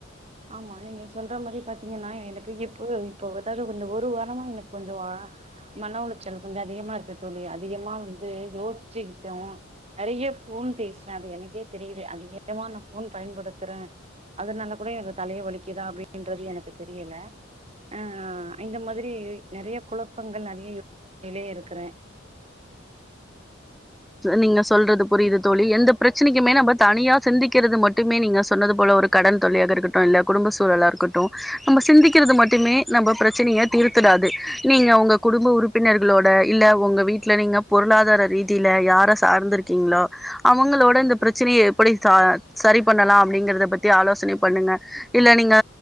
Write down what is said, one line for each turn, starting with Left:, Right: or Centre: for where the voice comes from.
Right: ஆமா நீங்க சொல்ற மாரி பாத்தீங்கன்னா எனக்கு இப்போ இப்பாத்தலு இந்த ஒரு வாரமா எனக்கு கொஞ்சோ ஆ மன உளைச்சல் கொஞ்சோ அதிகமாருக்கு தோழி அதிகமா வந்து யோச்சுக்கிட்டு நறைய ஃபோன் பேசுவே அது எனக்கே தெரிது அதிகமான நா ஃபோன் பயன்படுத்துறே அதனால கூட எனக்கு தலய வலிக்குதா அப்டின்றது எனக்கு தெரியல ஆ இந்த மாதிரி நறைய குழப்பங்கள் நறைய இருக்குறே
Centre: நீங்க சொல்றது புரிது தோழி எந்த பிரச்சனைக்குமே நம்ப தனியா சிந்திக்கிறது மட்டுமே நீங்க சொன்னது போல ஒரு கடன் தொல்லையாக இருக்கட்டு இல்ல குடும்ப சூழலாருக்கட்டு நம்ம சிந்திக்கிறது மட்டுமே நம்ம பிரச்சனய தீர்த்துடாது நீங்க ஒங்க குடும்ப உறுப்பினர்களோட இல்ல ஒங்க வீட்ல நீங்க பொருளாதார ரீ தில யார சார்ந்திருக்கீங்ளோ அவுங்களோட இந்த பிரச்சனய எப்டி சா சரி பண்ணலா அப்டிங்கறத பத்தி ஆலோசனை பண்ணுங்க இல்ல நீங்க